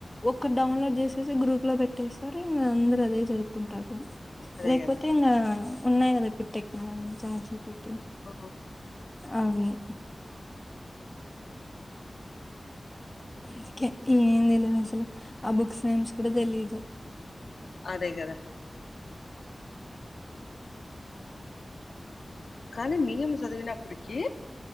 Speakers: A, on the left; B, on the left.
A: ఒక్క డౌన్లోడ్ చేసే గ్రూ లో పెట్టేస్తారు ఇంక అందరు అదే చదువుకుంటారు
B: అదే
A: లేకపోతే
B: కదా
A: ఇంగ ఉన్నాయి కదా ఇప్పుడు టెక్నాలజీ నుంచి చట్జిపిటి
B: ఆ
A: అవును అందుకే ఏం తెలీదు అసలు ఆ బుక్స్ నేమ్స్ కూడా తెలీదు
B: అదే కదా కానీ నేను చదువున్నపటికీ